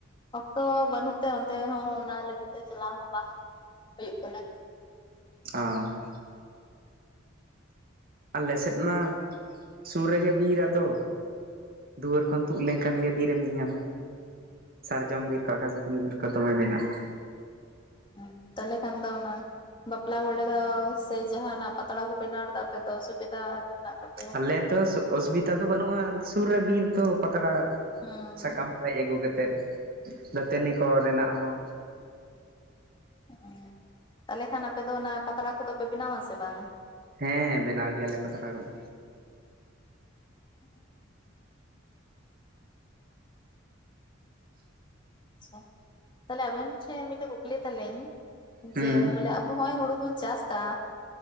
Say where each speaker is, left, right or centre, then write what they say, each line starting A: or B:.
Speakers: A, on the left; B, on the right.
A: ᱚᱠᱛᱚ ᱵᱟᱹᱱᱩᱜ ᱛᱮ ᱚᱱᱛᱮ ᱦᱚᱸ ᱚᱱᱟ ᱞᱟᱹᱜᱤᱫ ᱛᱮ ᱪᱟᱞᱟᱣ ᱦᱚᱸ ᱵᱟᱝ ᱦᱩᱭᱩᱜ ᱠᱟᱱᱟ᱾
B: ᱟᱸ ᱟᱞᱮ ᱥᱮᱫ ᱢᱟ ᱥᱩᱨ ᱨᱮᱜᱮ ᱵᱤᱨ ᱟᱫᱚ ᱫᱩᱣᱟᱹᱨ ᱠᱷᱚᱱ ᱛᱩᱫ ᱞᱮᱱᱠᱷᱟᱱ ᱜᱮ ᱵᱤᱨ ᱮᱢ ᱧᱮᱧᱟᱢᱟ᱾ ᱥᱟᱨᱡᱚᱢ ᱵᱤᱨ ᱠᱚ ᱟᱠᱟᱥᱵᱩᱱᱤ ᱵᱤᱨ ᱠᱚ ᱫᱚᱢᱮ ᱢᱮᱱᱟᱜ-ᱟ᱾
A: ᱦᱩᱸ ᱛᱟᱞᱦᱮ ᱠᱷᱟᱱ ᱫᱚ ᱚᱱᱟ ᱵᱟᱯᱞᱟ ᱠᱚᱨᱮ ᱫᱚ ᱥᱮ ᱡᱟᱦᱟᱱᱟᱜ ᱯᱟᱛᱲᱟ ᱠᱚ ᱵᱮᱱᱟᱣ ᱮᱫᱟ ᱯᱮ ᱛᱚ ᱥᱩᱵᱤᱫᱷᱟ ᱢᱮᱱᱟᱜ ᱛᱟᱯ-
B: ᱟᱞᱮ ᱫᱚ ᱚᱥᱩᱵᱤᱛᱟ ᱫᱚ ᱵᱟᱹᱱᱩᱜ-ᱟ ᱥᱩᱨ ᱨᱮ ᱵᱤᱨ ᱫᱚ ᱯᱟᱛᱲᱟ
A: ᱦᱩᱸ
B: ᱥᱟᱠᱟᱢ ᱠᱚ ᱦᱮᱡ ᱟᱹᱜᱩ ᱠᱟᱛᱮᱫ ᱫᱟᱹᱛᱟᱹᱱᱤ ᱠᱚ ᱨᱮᱱᱟᱜ ᱦᱚᱸ
A: ᱩᱸ ᱛᱟᱞᱦᱮ ᱠᱷᱟᱱ ᱟᱯᱮ ᱫᱚ ᱚᱱᱟ ᱯᱟᱛᱲᱟ ᱠᱚᱫᱚ ᱯᱮ ᱵᱮᱱᱟᱣᱟ ᱥᱮ ᱵᱟᱝ?
B: ᱦᱮᱸ ᱵᱮᱱᱟᱣ ᱜᱮᱭᱟᱞᱮ ᱯᱟᱛᱲᱟ ᱠᱚᱫᱚ᱾
A: <inaudible> ᱟᱪᱪᱷᱟ ᱛᱟᱦᱚᱞᱮ ᱟᱵᱮᱱ ᱴᱷᱮᱱ ᱢᱤᱫᱴᱮᱡ ᱠᱩᱠᱞᱤ ᱛᱟᱞᱤᱧ᱾
B: ᱦᱩᱸ
A: ᱡᱮ ᱵᱚᱞᱮ ᱟᱵᱚ ᱦᱚᱸᱜ-ᱚᱭ ᱦᱩᱲᱩ ᱵᱚᱱ ᱪᱟᱥ ᱫᱟ